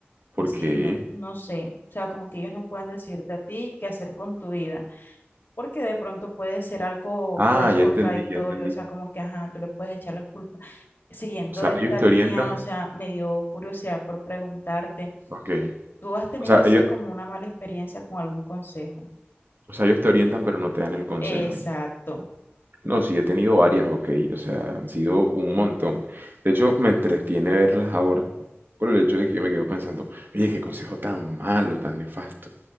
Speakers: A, on the right; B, on the left.
A: Porque...
B: Sí, no, no sé, o sea, como que ellos no puedan decirte a ti qué hacer con tu vida, porque de pronto puede ser algo,
A: Ah,
B: pues,
A: ya
B: contradictorio,
A: entendí, ya entendí.
B: o sea, como que, ajá, tú le puedes echar la culpa. Siguiendo
A: O sea,
B: esta
A: ellos te
B: línea,
A: orientan.
B: o sea, me dio curiosidad por preguntarte,
A: Ok.
B: ¿tú has tenido
A: O sea,
B: así
A: ellos,
B: como una mala experiencia con algún consejo?
A: o sea, ellos te orientan pero no te dan el consejo.
B: Exacto.
A: ya No, sí, he tenido varias, ok, o sea, han sido un montón. De hecho, me entretiene verlas ahora por el hecho de que yo me quedo pensando, oye, qué consejo tan malo, tan nefasto.